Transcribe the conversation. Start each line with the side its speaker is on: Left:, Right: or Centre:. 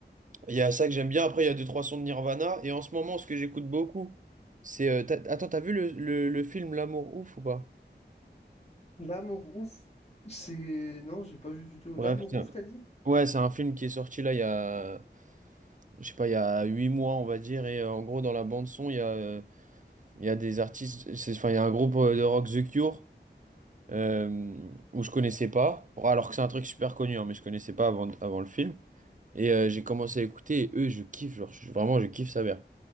Right: il y a ça que j'aime bien. Après, il y a deux, trois sons de Nirvana. Et en ce moment, ce que j'écoute beaucoup, c'est. euh, t'as- attends, t'as vu le, le, le film L'amour ouf ou pas?
Left: L'amour ouf. C'est. Non, j'ai pas vu du tout. L'amour
Right: Bref, c'est
Left: ouf,
Right: un-
Left: t'as dit?
Right: ouais, c'est un film qui est sorti là il y a. je sais pas, il y a huit mois, on va dire, et euh, en gros, dans la bande son, il y a, euh, il y a des artistes, c'est, enfin, il y a un groupe euh, de rock The Cure, euh, où je connaissais pas, Bon, alors que c'est un truc super connu, hein, mais je connaissais pas avant, avant le film. Et euh, j'ai commencé à écouter, et eux, je kiffe, genre, je- vraiment, je kiffe Savère.